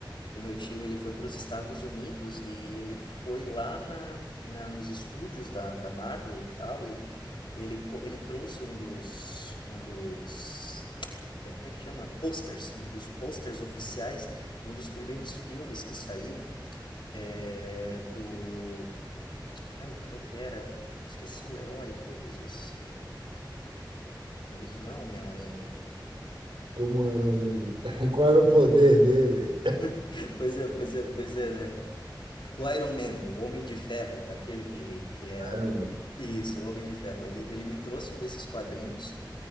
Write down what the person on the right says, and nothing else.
como era ele? <laughs> Qual era o poder dele?
<laughs>